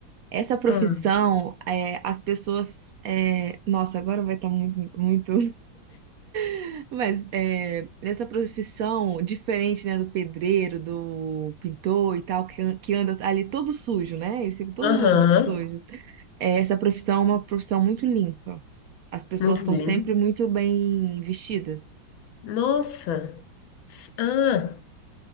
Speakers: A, on the right; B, on the left.
A: Essa profissão,
B: Ah,
A: é, as pessoas. é, nossa, agora vai estar muito, muito, muito. <laughs> Mas é, essa profissão, diferente, né, do pedreiro, do pintor e tal, que, an- que anda ali todo sujo, né? Eles ficam todos
B: Aham,
A: sujos. É, essa profissão é uma profissão muito limpa. As pessoas
B: muito
A: estão
B: bem.
A: sempre muito bem vestidas.
B: Nossa. S- Ah,